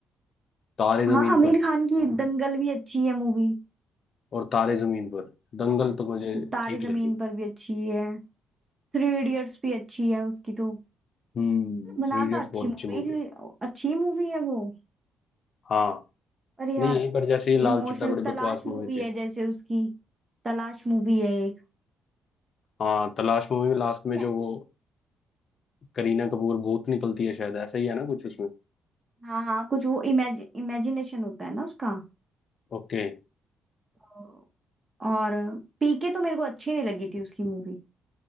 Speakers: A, on the left; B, on the right.
A: तारे
B: हाँ
A: जमीन
B: आमिर
A: पर
B: खान की दंगल भी अच्छी है मूवी
A: और तारे जमीन पर दंगल
B: है ना
A: तो मुझे
B: तारे
A: ठीक
B: जमीन
A: लगी
B: पर भी अच्छी है थ्री इडियट्स भी अच्छी है उसकी तो
A: हम्म
B: बनाता
A: थ्री इडियट्स
B: अच्छी
A: बहुत
B: मूवी
A: अच्छी मूवी
B: थी
A: है
B: अच्छी मूवी है वो
A: हाँ
B: अरे यार
A: नहीं पर जैसे ये लाल
B: इमोशनल
A: चड्ढा बड़ी
B: तलाश
A: बकवास मूवी
B: मूवी
A: थी
B: है जैसे उसकी तलाश मूवी है एक
A: हाँ तलाश मूवी में लास्ट
B: Yeah.
A: में जो वो करीना कपूर भूत निकलती है शायद ऐसा ही है ना कुछ उसमें
B: हाँ हाँ कुछ वो इमेज इमेजिनेशन होता है ना उसका
A: ओके
B: तो- और पीके तो मेरे को अच्छी नहीं लगी थी उसकी मूवी